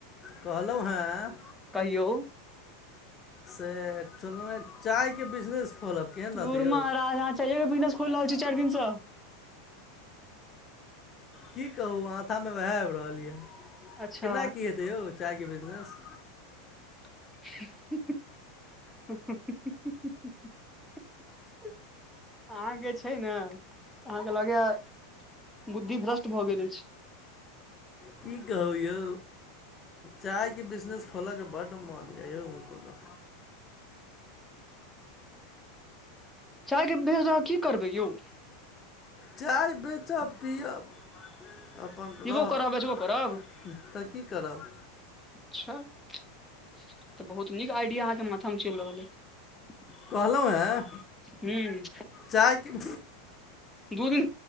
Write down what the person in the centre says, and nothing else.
कहियौ
धुर
महराज अहाँ चाइयेके बिजनेस खोइल रहल छी चारि दिनसँ।
अच्छा
ह ह ह ह आहाँ के छैय न आहाँ के लगै या बुद्धि भ्रष्ट भऽ गेल अइछ।
चाय के बेच के आहाँ की करबै यौ।
पीबो
करब बेचबो करब
अच्छा। तऽ बहुत नीक आइडिया आहाँके माथामे चैल रहल अय।
हूँ
दू दिन